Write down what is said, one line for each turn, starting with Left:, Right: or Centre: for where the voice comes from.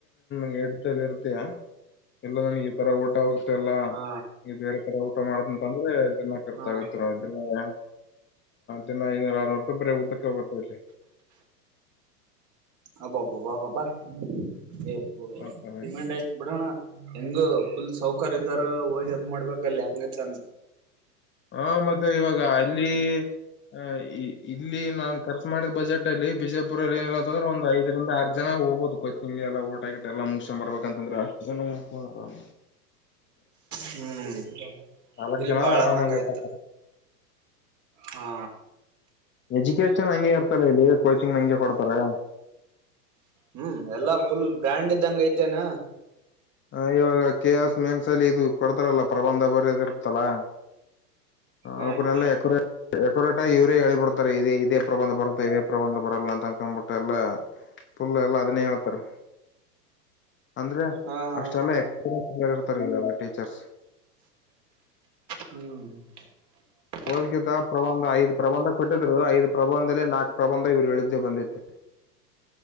Left: ನ್ಎಡ್ತ ಇರ್ತಯಾ ಎಲ್ಲ ನನಗೆ ಪರ ಓಟ ಹೋಗ್ ಎಲ್ಲ
Right: ಹಾ
Left: ನೀ ಬೇರೆ ಕಡೆ ಊಟ ಮಾಡುದು ಅಂತ ಅಂದ್ರೆ ಜನ ಖರ್ಚ್
Right: ಹಾ
Left: ಆಗತ್ತೆ ನೋಡ ದಿನ ಐನೂರ ಆರ್ನೂರು ರೂಪಾಯಿ ಬರೇ ಊಟಕ್ಕೆ ಹೋಗುತ್ತೆ ಇಲ್ಲಿ
Right: ಅಬ್ಬಾ ಬ್ಬಾ ಬ್ಬಾ <inaudible>
Left: ಆ ತರ.
Right: ಡಿಮ್ಯಾಂಡ್ ಆಯ್ತು ಬಿಡೋಣ ಹೆಂಗ ಫುಲ್ ಸೌಕರ್ಯ ಇದ್ದಾರ ಹೋಗಿ ಅದ್ ಮಾಡ್ಬೇಕಲ್ಲಿ ಅಂಗ್ ಚಂದ
Left: ಹಾ ಮತ್ತೆ ಇವಾಗ ಅಲ್ಲಿ ಆ ಇಲ್ಲಿ ನಾನ್ ಖರ್ಚು ಮಾಡಿದ ಬಜೆಟ್ ಲ್ಲಿ ಬಿಜಯಪುರಲ್ಲಿ ಏನ ಅನಂದ್ರೆ ಒಂದು ಐದರಿಂದ ಆರ್ ಜನ ಹೋಗಬೋದು ಕೊಚಿಗೆ ಎಲ್ಲ ಊಟ ಆಗ ಎಲ್ಲ ಮುಗಸಕೊಂಡ್ ರ್ಬೇಕಂತಂದ್ರೆ ಅಷ್ಟು ಜ
Right: ಹ್ಮ್
Left: ನಾಲ್ಕು
Right: ಇಲ್ಲಿ
Left: ಜನ
Right: ಬಾಳ್
Left: ಆದ್ರೆ ಆರಾಮಾಗಿ
Right: ಅನ್ನಂಗ
Left: ಹೋಗ್ತಾರೆ
Right: ಆಯ್ತು ಹಾ
Left: ಎಜುಕೇಶನ್ ಹಂಗೆ ಇರ್ತಾರ ಇಲ್ಲಿ ಕೋಚಿಂಗ್ ಹಂಗೆ ಕೊಡ್ತಾರ
Right: ಹ್ಮ್ ಎಲ್ಲಾ ಫುಲ್ ಬ್ರ್ಯಾಂಡ್ ಇದಾಗ್ ಐತೆೇಣ್ಣ
Left: ಹ ಇವಾಗ ಕೆ ಎಸ್ ಮೆನ್ಸಲ್ಲಿ ಇದು ಕೊಡ್ತಾರಲ್ಲ ಪ್ರಬಂಧ ಬರೆದ್ ಇರ್ತ್ತಲ್ಲಾ
Right: ಹ್ಮ್
Left: ಅವ್ಕನೆಲ್ಲ
Right: ಹ್ಮ್
Left: ಎಕೋರ ಎಕೋರಟ ಇವರೇ ಹೇಳಳ್ಬಿಡ್ತಾರೆ ಇದದೆ ಇದೇ ಪ್ರಬಂಧ ಬರ್ತ ಇ <inaudible> ಬರಲ್ಲ ಅಂತ ಅನ್ಕ್ಬಿಟ್ಟ ಎಲ್ಲಾ ಫುಲ್ ಎಲ್ಲಾ ಅದನ್ನೇ ಹೇಳ್ತಾರೆ. ಅಂದ್ರೆ
Right: ಹಾ ಹಾ
Left: ಅಷ್ಟೆಲ್ಲ.
Right: ಹಾ
Left: ಎಕ್ಸ್ಪೀರಿಯನ್ಸ್ ಇರ್ತಾರೆ ಇವೆಲ್ಲ ಟೀಚರ್ಸ್
Right: ಹ್ಮ್ <inaudible>
Left: ಓದ್ಕಿತ ಪ್ರಬಂಧ ಐದು ಪ್ರಬಂಧ ಕೊಟ್ಟಿದ್ರು ಐದು ಪ್ರಬಂಧದಲ್ಲಿ ನಾಕು ಪ್ರಬಂಧ ಇವ್ರು ಹೇಳಿದ್ದೇ ಬಂದೈತೆ.